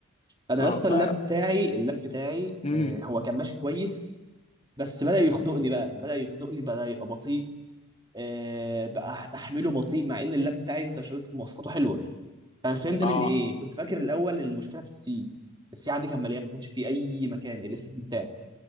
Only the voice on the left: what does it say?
اه
ف
امم
اه